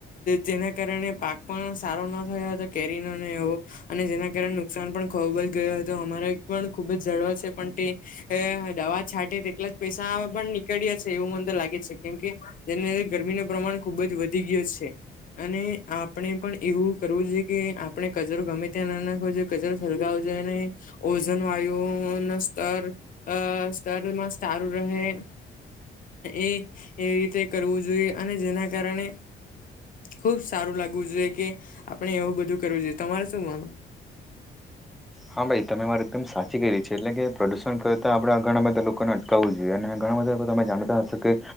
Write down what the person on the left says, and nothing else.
જેના કારણે પાક પણ સારો ન થયો હતો, કેરીનોને એવો. અને જેના કારણે નુકસાન પણ ખુબ જ ગયો હતું. અમારે એક પણ ખુબ જ ઝાડવા છે પણ તે અ દવા છાંટે તેટલા જ પૈસા પણ નીકળ્યા છે, એવું મને તો લાગે છે કેમ કે, એને લીધે ગરમીનું પ્રમાણ ખુબ જ વધી ગયું છે. અને આપણે પણ એવું કરવું જોઇએ છે કે, આપણે કચરો ગમે ત્યાં ન નાખવો જો કચરો સળગાવો જોઈએ નહી, ઓઝન વાયુઓન સ્તર અ સ્તરમાં સારું રહે એ એ રીતે કરવું જોઈએ અને જેના કારણે, ખુબ સારું લાગવું જોઈએ કે, આપણે એવું બધું કરવું જોઈએ. તમારે શું માનું?